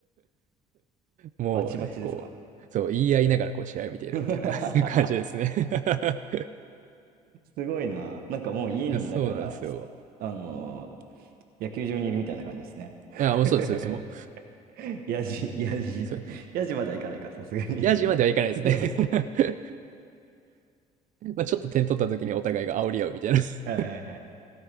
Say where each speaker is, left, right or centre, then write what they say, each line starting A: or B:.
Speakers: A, on the right; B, on the right.
A: う <laughs> もうね、
B: バチバチですか。
A: こう、そう、言い合いながらこう試合を見ているみたいな
B: <laughs>
A: <laughs> 感じですね <laughs>
B: すごいな。なんかもう家にいながら、
A: いや、そうなんですよ。
B: すあのー野球場にいるみたいな感じですね。<laughs>
A: あ、もうそうです、そうです、もう。
B: やじ、やじ、
A: そう。
B: やじまではいかないか、さすがに
A: ヤジまではいかないですね
B: <laughs> 面
A: <laughs> まあちょっと点取った時にお互いが煽り合うみたいな
B: 白い <laughs>
A: <laughs>
B: はいはいはい。